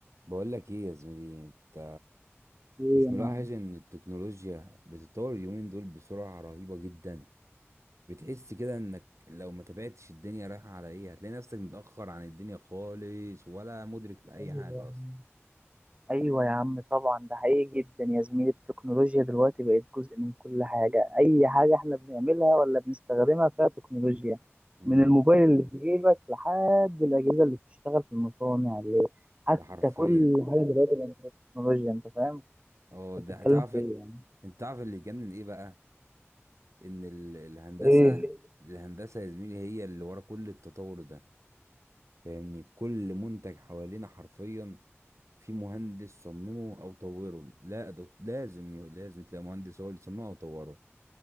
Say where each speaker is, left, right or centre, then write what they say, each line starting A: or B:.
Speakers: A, on the right; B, on the right.
A: بقول لك ايه يا زميلي انت
B: ايه
A: مش
B: يا
A: ملاحظ
B: معلم
A: ان التكنولوجيا بتتطور اليومين دول بسرعة رهيبة جدا بتحس كده انك لو ما تابعتش الدنيا رايحة على ايه هتلاقي نفسك متأخر عن الدنيا خالص ولا مدرك لأي
B: ايوه
A: حاجة
B: يا عم
A: اصلا
B: ايوه يا عم طبعا ده حقيقي جدا يا زميلي التكنولوجيا دلوقتي بقت جزء من كل حاجه اي حاجه احنا بنعملها ولا بنستخدمها فيها تكنولوجيا
A: امم
B: من الموبايل اللي في جيبك لحد الاجهزه اللي بتشتغل في المصانع اللي حتى
A: ده حرفيا
B: كل حاجه دلوقتي بقت فيها تكنولوجيا انت فاهم
A: اه
B: انت
A: ده
B: بتتكلم
A: تعرف
B: في ايه يعني
A: انت تعرف اللي يجنن ايه بقى ان ال- الهندسة
B: ايه
A: الهندسة يا زميلي هي اللي ورا كل التطور ده فاهمني كل منتج حوالينا حرفيا في مهندس صممه او طوره لا ده لازم ي- لازم تلاقي مهندس هو اللي صممه او طوره